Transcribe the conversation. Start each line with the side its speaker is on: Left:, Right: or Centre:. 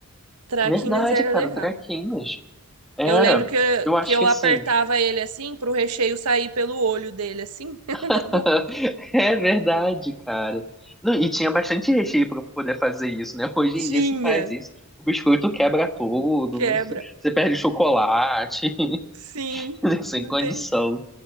Right: Traquinas
Centre: verdade,
Right: era
Centre: cara,
Right: legal.
Centre: o Traquinas. Era.
Right: Eu lembro que,
Centre: Eu acho
Right: que eu
Centre: que
Right: apertava
Centre: assim.
Right: ele assim pro recheio sair pelo olho dele, assim, <laughs> da
Centre: <laughs> É verdade, cara. Não, e tinha bastante recheio pra poder fazer isso, né? Hoje
Right: bolatinha.
Centre: em dia você faz isso. O biscoito quebra tudo,
Right: Quebra.
Centre: não sei- você perde o chocolate,
Right: Sim,
Centre: <laughs> sem
Right: não
Centre: condição.
Right: tem,